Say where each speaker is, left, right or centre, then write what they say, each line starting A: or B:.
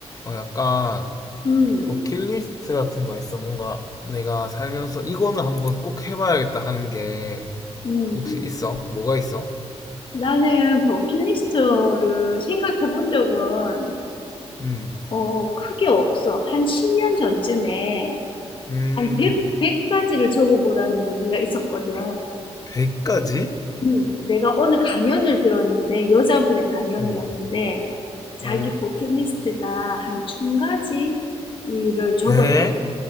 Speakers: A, on the left; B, on the left.
A: 어, 약간
B: 음.
A: 버킷리스트 같은 거 있어? 뭔가 내가 살면서 이거는 한번 꼭 해봐야겠다 하는 게
B: 음.
A: 혹시 있어? 뭐가 있어?
B: 나는 버킷리스트를 생각해 본 적은
A: 음,
B: 어, 크게 없어. 한 10년 전쯤에
A: 음,
B: 한 100, 가지를 적어보라는 얘기가 있었거든.
A: 100가지?
B: 음. 내가 어느 강연을 들었는데 여자분의 강연이었는데
A: 응.
B: 자기
A: 오,
B: 버킷리스트가 한 1000가지 일을 적었대.
A: 예?